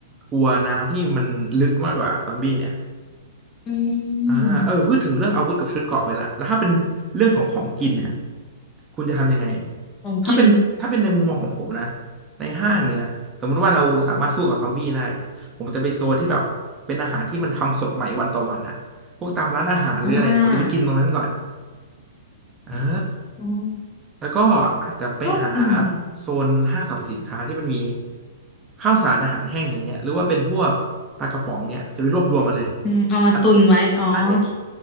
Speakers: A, on the right; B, on the left.
A: กลัวน้ำที่มันลึกมากกว่าซอมบี้เนี่ย
B: อื
A: อ่าเออพูดถึงเรื่องอาวุธกับชุดเกราะไปละแล้วถ้าเป็นเรื่องของของกินเนี่ย
B: ม
A: คุณจะทำยังไง
B: ของกิน
A: ถ้าเป็นถ้าเป็นในมุมมองของผมนะในห้างเนี่ยสมมุติว่าเราสามารถสู้กับซอมบี้ได้ผมจะไปโซนที่แบบเป็นอาหารที่มันทำสดใหม่วันต่อวันนะพวกตามร้านอาหารหรืออะไรผมจะไปกินตรงนั้นก่อน
B: อ่า
A: อ่า
B: อ๋อ
A: แล้วก็อาจจะไปหา
B: ก็อืมอืม
A: โซนห้างสรรพสินค้าที่มันมีข้าวสารอาหารแห้งอย่างเงี้ยหรือว่าเป็นพวกปลากระป๋องเงี้ยจะไปรวบรวมมาเลย
B: อืมเอามาตุนไว้อ๋อโอเค
A: อันใช่